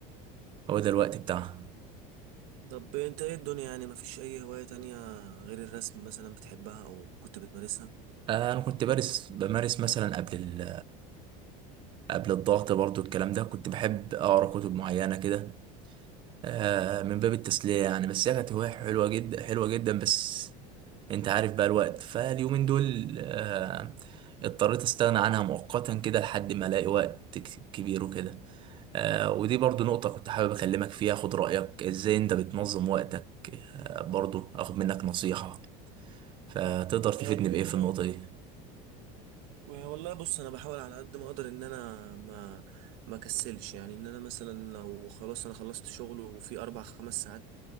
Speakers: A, on the right (about 25°); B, on the right (about 65°).
A: هو ده الوقت بتاعها
B: طب انت ايه الدنيا يعني مفيش اي هواية تانية غير الرسم مثلا بتحبها او كنت بتمارسها
A: آه انا كنت بارس بمارس مثلا قبل ال... قبل الضغط برضو الكلام ده كنت بحب اقرا كتب معينه كده آه من باب التسليه يعني بس هي كانت هوايه حلوه جدا حلوه جدا بس انت عارف بقى الوقت فاليومين دول آه اضطريت استغنى عنها مؤقتا كده لحد ما الاقي وقت ك- كبير وكده آه ودي برضو نقطه كنت حابب اكلمك فيها اخد رايك ازاي انت بتنظم وقتك آه برضو اخد منك نصيحه فتقدر تفيدني
B: يعني والله
A: بإيه في النقطة دي
B: والله بص انا بحاول على قد ما اقدر ان انا ما ما كسلش يعني ان انا مثلا لو خلاص انا خلصت شغل وفي اربع خمس ساعات